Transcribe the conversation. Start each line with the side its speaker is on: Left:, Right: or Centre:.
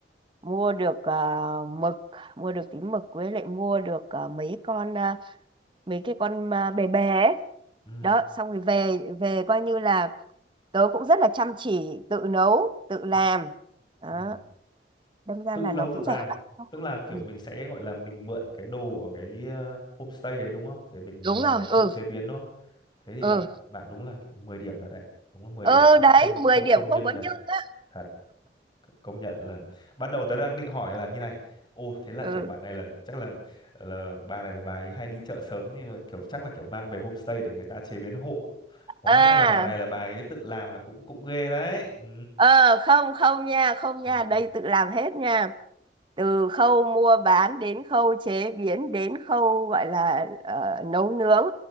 Right: mua được ờ, mực mua được tí mực với lại mua được ờ, mấy con ờ, mấy cái con ờ, bè bè ấy.
Left: ừ
Right: đó xong rồi về về coi như là tớ cũng rất là chăm chỉ tự nấu tự làm
Left: ừ
Right: đó
Left: ừ
Right: đâm ra
Left: tự
Right: là
Left: nấu
Right: nó
Left: tự
Right: cũng
Left: làm
Right: rẻ lắm Nó
Left: tức
Right: không-
Left: là kiểu
Right: ừ.
Left: mình sẽ gọi là mình mượn cái đồ ở cái ờ, homestay đấy đúng không để mình
Right: đúng
Left: ờ,
Right: rồi
Left: tự
Right: ừ
Left: chế biến đúng không thế thì
Right: ừ
Left: bạn bạn đúng là kiểu 10 điểm thật đấy đúng là 10
Right: ừ
Left: điểm kh-
Right: đấy
Left: không không
Right: 10 điểm
Left: không nhưng
Right: không có
Left: thật
Right: nhưng á
Left: thật c- công nhận là ban đầu tớ đang định hỏi là như này ô thế là
Right: ừ
Left: kiểu bạn này là chắc là là bà này là bà ấy hay đi chợ sớm nhưng mà kiểu chắc là kiểu mang về homestay để người ta chế biến hộ hóa
Right: à
Left: ra là bà này là bà ấy tự làm là cũng cũng ghê đấy ừ.
Right: ờ không không nha không
Left: Ừ.
Right: nha đây tự làm hết nha từ khâu mua bán đến khâu chế biến đến khâu gọi là ờ, nấu nướng